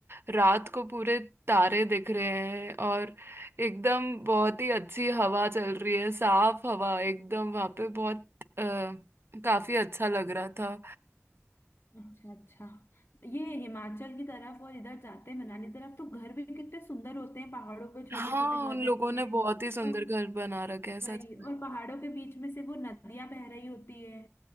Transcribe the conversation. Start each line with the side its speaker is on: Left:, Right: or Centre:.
Right: रात को पूरे तारे दिख रहे हैं और एकदम बहुत ही अच्छी हवा चल रही है साफ हवा एकदम वहाँ पे बहुत आ, काफी अच्छा लग रहा था
Left: अच्छा अच्छा ये हिमाचल की तरफ और इधर जाते हैं मनाली तरफ तो घर भी कितने सुंदर होते हैं पहाड़ों पे छोटे
Right: हाँ
Left: छोटे घर
Right: उन
Left: रहते
Right: लोगों ने
Left: हैं
Right: बहुत ही सुंदर
Left: और
Right: घर बना रखे हैं सच
Left: वही और
Right: में
Left: पहाड़ों के बीच में से वो नदियां बह रही होती है